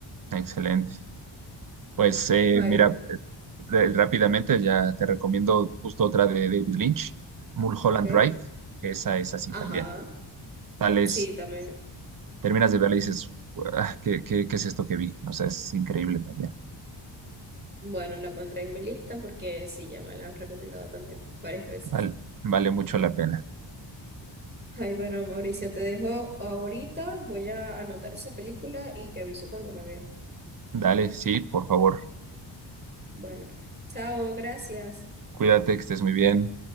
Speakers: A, on the right (about 45°); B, on the right (about 20°).
A: Excelente. Pues eh,
B: Ay,
A: mira, eh, re- rápidamente ya te recomiendo justo otra de David Lynch, Mulholland
B: Ok.
A: Drive, que esa es así
B: ajá,
A: también. Tales,
B: sí, también.
A: terminas de verla y dices, "Guau, ¿qué, qué, qué es esto que vi? O sea, es increíble también.
B: Bueno, la pondré en mi lista porque sí, ya me la han recomendado también varias veces.
A: Vale, vale mucho la pena.
B: Ay, bueno, Mauricio, te dejo ahorita. Voy a anotar esa película y te aviso cuando la vea.
A: Dale, sí, por favor,
B: Bueno, chao, gracias.
A: cuídate, que estés muy bien.